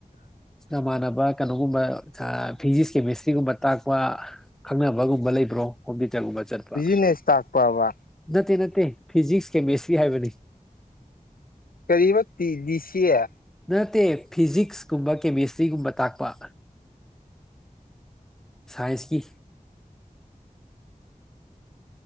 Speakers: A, in the centre; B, on the left.
A: ꯅꯃꯥꯟꯅꯕ ꯀꯩꯅꯣꯒꯨꯝꯕ ꯐꯤꯖꯤꯛꯁ ꯀꯦꯃꯤꯁꯇ꯭ꯔꯤꯒꯨꯝꯕ ꯇꯥꯛꯄ ꯈꯪꯅꯕꯒꯨꯝꯕ ꯂꯩ ꯭ꯔꯣ ꯈꯣꯗꯤ ꯆꯪꯒꯨꯝꯕ ꯆꯠꯄ
B: ꯕꯤꯖꯤꯅꯦꯁ ꯇꯥꯛꯄꯕ
A: ꯅꯠꯇꯦ ꯅꯠꯇꯦ ꯐꯤꯖꯤꯛꯁ ꯀꯦꯃꯦꯁꯇ꯭ꯔꯤ ꯍꯥꯏꯕꯅꯤ
B: ꯀꯔꯤꯕ ꯇꯤꯁꯤꯦ
A: ꯅꯠꯇꯦ ꯐꯤꯖꯤꯛꯁꯀꯨꯝꯕ ꯀꯦꯃꯤꯁꯇ꯭ꯔꯤꯒꯨꯝꯕ ꯇꯥꯛꯄ ꯁꯥꯏꯁꯀꯤ